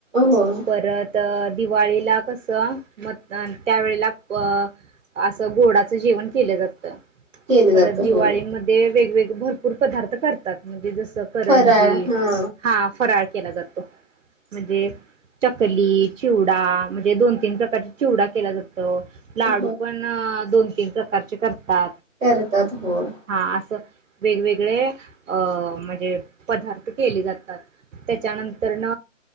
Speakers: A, in the centre; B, on the right.
A: होय
B: परत <unintelligible> दिवाळीला कसं म त्यावेेळेला अ असं गोडाचं जेवण केलं जातं
A: केलं जातं
B: परत दिवाळीमध्ये
A: होय
B: वेगवेगळे भरपूर पदार्थ करतात म्हणजे जस करंजी
A: फराळ हा
B: हा फराळ केला जातो म्हणजे चकली चिवडा म्हणजे दोन तीन प्रकारचा चिवडा केला जातो लाडू
A: हो
B: पण दोन तीन प्रकारचे करता
A: करतात होय.
B: हा असं वेगवेगळे अं म्हणजे पदार्थ केले जातात त्याच्यानंतर न